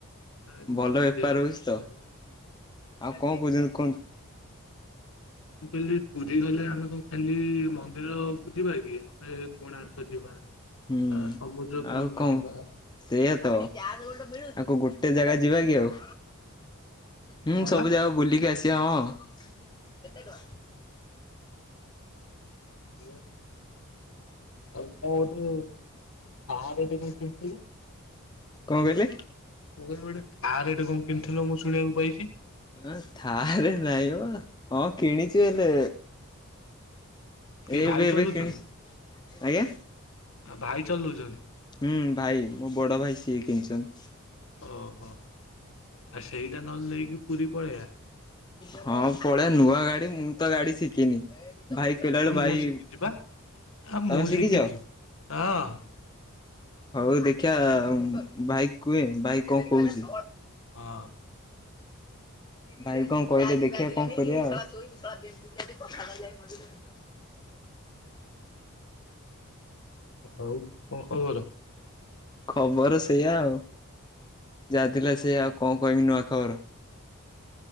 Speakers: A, on the left; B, on the left.
A: ଇନକମ୍
B: ଭଲ
A: କରିବାର
B: ବେପାର ହଉଛି
A: ଅଛି।
B: ତ ଆଉ କଣ କହୁଛନ୍ତି କୁହନ୍ତୁ
A: ମୁଁ କହିଲି ପୁରୀ ଗଲେ ଆମେ କଣ ଖାଲି ମନ୍ଦିରକୁ ଯିବା କି ଫେରେ କୋଣାର୍କ ଯିବା
B: ହୁଁ
A: ଆ ସମୁଦ୍ର କୂଳକୁ
B: ଆଉ କଣ
A: ଯିବା
B: ସେଇଆ ତ ଆଉ କଣ ଗୋଟେ ଜାଗା ଯିବା କି ଆଉ ହୁଁ
A: କଣ
B: ସବୁ
A: ହେଲା
B: ଜାଗା ବୁଲିକି ଆସିବା ହଁ
A: ଆଉ କଣ ଗୋଟେ କାରରେ ଯିବି
B: କଣ କହିଲେ?
A: ମୁଁ କହିଲି ଗୋଟେ ଥାଆର ଟେ କଣ କିଣିଥିଲ ମୁଁ ଶୁଣିବାକୁ ପାଇଛି
B: ହ ଥାର ନାଇଁ ମ ହଁ କିଣିଛି ହେଲେ
A: କିଏ
B: ଏବେ
A: ଭାଇ
B: ଏବେ
A: ଚଲଉଛନ୍ତି
B: କିଣିଛି ଆଜ୍ଞା।
A: ଆଉ ଭାଇ ଚଲଉଛନ୍ତି
B: ହୁଁ ଭାଇ ମୋ ବଡ ଭାଇ ସିଏ କିଣିଛନ୍ତି।
A: ଓହୋ ଆଉ ସେଇଟା ନହେଲେ ନେଇକି ପୁରୀ ପଳେଇବା।
B: ହଁ ପଳେଇଆ ନୂଆ ଗାଡି ମୁଁ ତ ଗାଡି ଶିଖିନି ଭାଇ ପିଲାବେଳୁ
A: ଆ
B: ଭାଇ
A: ମୁଁ ଶିଖିଛି ବା ଆ
B: ତମେ
A: ମୁଁ
B: ଶିଖିଛ?
A: ଶିଖିଛି। ହଁ
B: ହଉ ଦେଖିଆ ଭାଇକି କୁହେ ଭାଇ କଣ କହୁଛି
A: ହଁ
B: ଭାଇ କଣ କହିଲେ ଦେଖିବା କଣ କରିବା ଆଉ। <unintelligible>
A: ଆଉ କଣ ଖବର?
B: ଖବର ସେଇଆ ଆଉ ଯାହା ଥିଲା ସେଆ ଆଉ କଣ କହିବି ନୂଆ ଖବର।